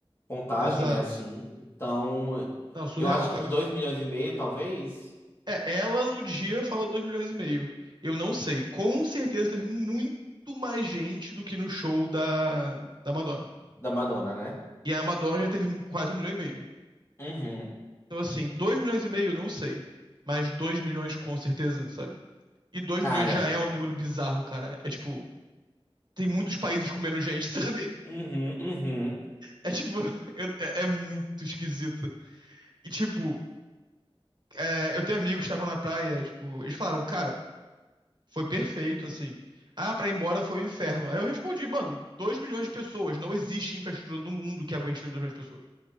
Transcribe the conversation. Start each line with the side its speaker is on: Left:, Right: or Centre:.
Left: contagem,
Right: exato.
Left: né, assim. Então,
Right: Não, surreal,
Left: eu acho
Right: cara.
Left: que uns 2 milhões e meio, talvez,
Right: É, ela no dia falou 2 milhões e meio. Eu não sei. Com certeza teve muito mais gente do que no show da, da Madonna.
Left: da Madonna, né?
Right: E a Madonna já teve quase um milhão e meio.
Left: Uhum.
Right: Então, assim, 2 milhões e meio, não sei. Mas 2 milhões com certeza, sabe? E dois
Left: Cara,
Right: milhões já é um número bizarro, cara. É tipo, tem muitos países com menos gente, <laughs> sabe?
Left: uhum, uhum.
Right: É tipo, é, é muito esquisito. E tipo, é, eu tenho amigos que estavam na praia, tipo, eles falaram, cara. Foi perfeito, assim. Ah, pra ir embora foi um inferno. Aí eu respondi, mano, 2 milhões de pessoas. Não existe infraestrutura no mundo que aguente dois milhões de pessoas.